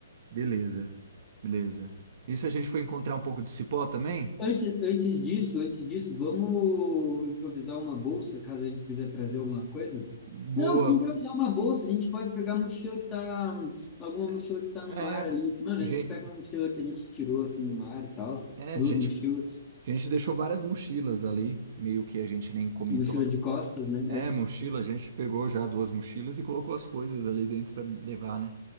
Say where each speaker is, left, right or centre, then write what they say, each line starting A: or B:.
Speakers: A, on the right; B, on the left.
A: Beleza, beleza. Isso a gente foi encontrar um pouco de cipó também?
B: Antes, antes disso, antes disso, vamos improvisar uma bolsa, caso a gente precise trazer alguma coisa?
A: Boa.
B: Não, que improvisar uma bolsa, a gente pode pegar a mochila que tá, alguma
A: É,
B: mochila que tá no
A: é,
B: mar ali. Mano,
A: a
B: a
A: gente,
B: gente pega uma mochila que a gente tirou, assim, no mar e tal,
A: é, a
B: duas
A: gente
B: mochilas.
A: A gente deixou várias mochilas ali, meio que a gente nem comentou,
B: mochila
A: né?
B: de costas, né?
A: É, mochila, a gente pegou já duas mochilas e colocou as coisas ali dentro para levar, né?